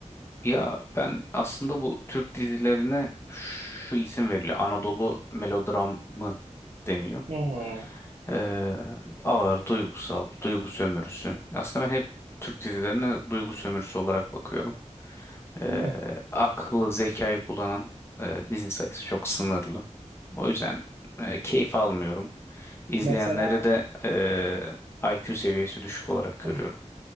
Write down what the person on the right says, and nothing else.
Hı.
Evet.
Mesela
<laughs>